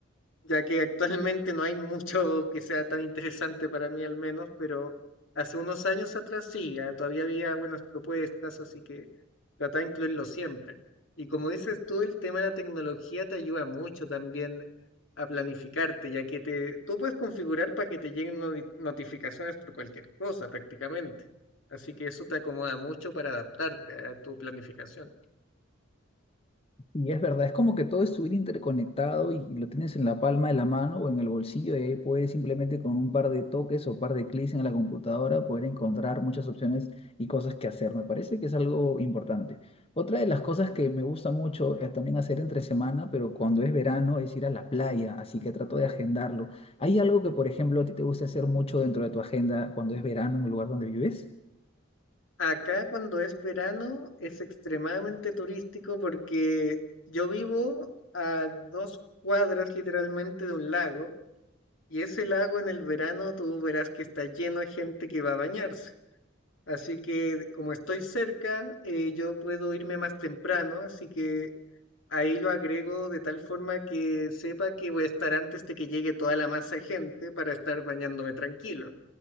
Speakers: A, on the left; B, on the left.
A: ya que actualmente no hay mucho que sea tan interesante para mí al menos, pero hace unos años atrás sí, ah, todavía había buenas propuestas, así que trata de incluirlo siempre. Y como dices tú, el tema de la tecnología te ayuda mucho también a planificarte, ya que te, tú puedes configurar para que te lleguen noti- notificaciones por cualquier cosa prácticamente. Así que eso te acomoda mucho para adaptarte a tu planificación.
B: Y es verdad, es como que todo estuviera interconectado y, y lo tienes en la palma de la mano o en el bolsillo y ahí puedes simplemente con un par de toques o par de clics en la computadora poder encontrar muchas opciones y cosas que hacer. Me parece que es algo importante. Otra de las cosas que me gusta mucho es también hacer entre semana, pero cuando es verano es ir a la playa, así que trato de agendarlo. ¿Hay algo que, por ejemplo, a ti te gusta hacer mucho dentro de tu agenda cuando es verano en el lugar donde vives?
A: Acá cuando es verano es extremadamente turístico porque yo vivo a dos cuadras literalmente de un lago y ese lago en el verano tú verás que está lleno de gente que va a bañarse. Así que como estoy cerca, eh, yo puedo irme más temprano, así que ahí lo agrego de tal forma que sepa que voy a estar antes de que llegue toda la masa de gente para estar bañándome tranquilo.